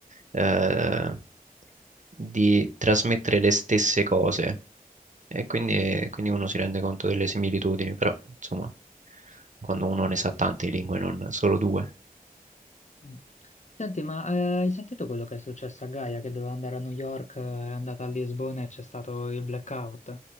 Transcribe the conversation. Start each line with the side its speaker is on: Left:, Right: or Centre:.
Right: eh, di trasmettere le stesse cose. E quindi, quindi uno si rende conto delle similitudini, però insomma, quando uno ne sa tante lingue, non solo due.
Left: mm. Senti, ma eh, hai sentito quello che è successo a Gaia che doveva andare a New York, eh, è andata a Lisbona e c'è stato il blackout?